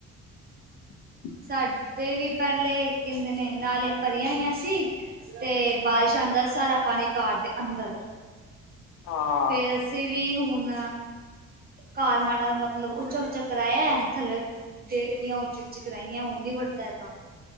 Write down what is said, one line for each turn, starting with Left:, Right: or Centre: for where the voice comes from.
Left: <unintelligible> <inaudible>
Right: ਸਾਡੇ ਵੀ ਪੈਲੇ ਕੈਂਦੇ ਨੇ ਨਾਲੀਆਂ ਭਰੀਆਂ ਹੋਈਆਂ ਸੀ। ਤੇ ਬਾਰਿਸ਼ ਆਂਦਾ ਸੀ ਸਾਰਾ ਪਾਣੀ ਘਰ ਤੇ ਅੰਦਰ।
Left: ਹਾ
Right: ਫੇਰ ਅਸੀਂ ਵੀ ਹੁਣ ਘਰ ਮਾੜਾ ਮਤਲਬ ਉੱਚਾ ਉੱਚਾ ਕਰਾਇਐ ਥੱਲੇ ਫੇਰ ਇਹਦੀਆਂ ਉੱਚੀ ਉੱਚੀ ਕਰਾਈਆਂ ਹੁਣ ਨੀ ਵੱਢਦਾ ਹੈਗਾ।